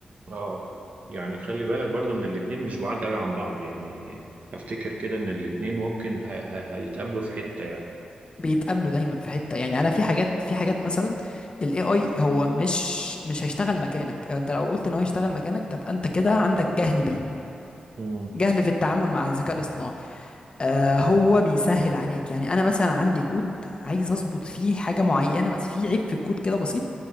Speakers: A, on the right; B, on the left.
A: اه يعني خلي بالك برضو ان الاتنين مش بعاد قوي عن بعض يعني افتكر كده ان الاتنين ممكن ه... ه... هيتقابلوا في حته يعني
B: بيتقابلوا دايما في حته يعني انا في حاجات في حاجات مثلا الاي اي هو مش مش هيشتغل مكانك انت لو قلت ان هو يشتغل مكانك تبقى انت كده عندك جهل بيه
A: امم
B: جهل في التعامل مع الذكاء الاصطناعي آه هو بيسهل عليك يعني انا مثلا عندي كود عايز اظبط فيه حاجه معينه بس في عيب في الكود كده بسيط